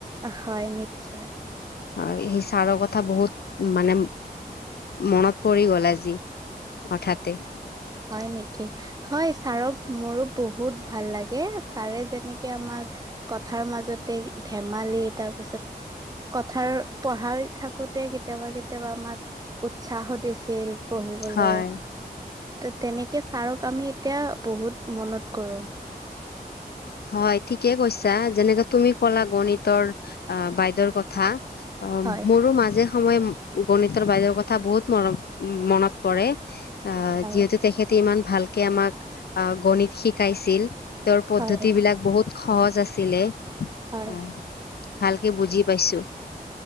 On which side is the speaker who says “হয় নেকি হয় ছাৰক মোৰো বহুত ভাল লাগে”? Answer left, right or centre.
Right